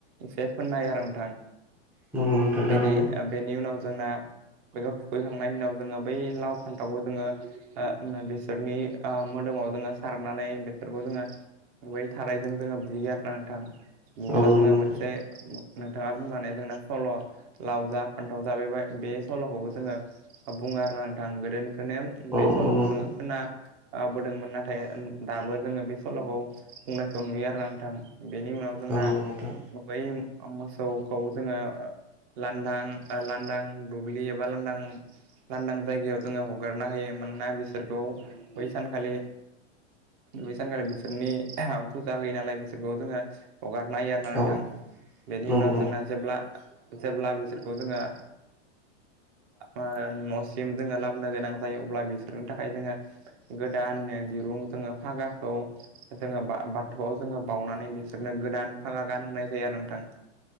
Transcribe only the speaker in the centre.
नंगौ नोंथां
थारैनो
औ नंगौ
नोंथां
औ
नंगौ
नोंथां
औ नंगौ नोंथां
औ
नंगौ औ नंगौ औ नंगौ औ
नंगौ